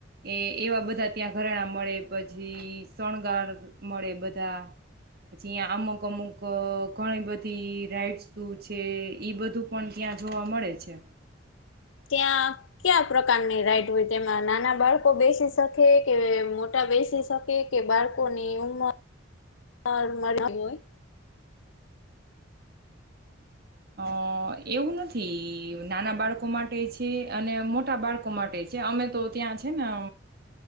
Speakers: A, on the right; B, on the left.
A: એ એવા બધા ત્યાં ઘરેણા મળે પછી, શણગાર મળે બધા પછી અહીં અમુક અમુક ઘણી બધી રાઈડ શું છે જે ઈ બધું પણ ત્યાં જોવા મળે છે
B: ત્યાં કયા પ્રકારની રાઈટ હોય તેમાં નાના બાળકો બેસી શકે કે મોટા બેસી શકે કે બાળકોની ઉમર મળ હોય
A: અ એવું નથી નાના બાળકો માટે છે, અને મોટા બાળકો માટે છે, અમે તો ત્યાં છે ને અ